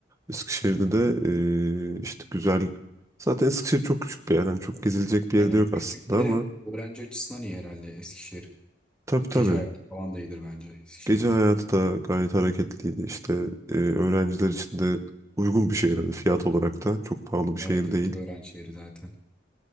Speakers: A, on the right; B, in the centre.
A: Eskişehir'de
B: Hmm.
A: de e, işte güzel... Zaten Eskişehir çok küçük bir yer. Yani çok gezilecek bir
B: Aynen.
A: yerde yok aslında
B: Küçük bir de
A: ama...
B: öğrenci açısından iyi herhalde Eskişehir.
A: Tabii tabii.
B: Gece hayatı falan da iyidir bence Eskişehir'de.
A: Gece hayatı da gayet hareketliydi. İşte e, öğrenciler için de uygun bir şehir. Hani fiyat olarak da çok pahalı bir
B: Evet
A: şehir
B: evet
A: değil.
B: öğrenci şehri zaten.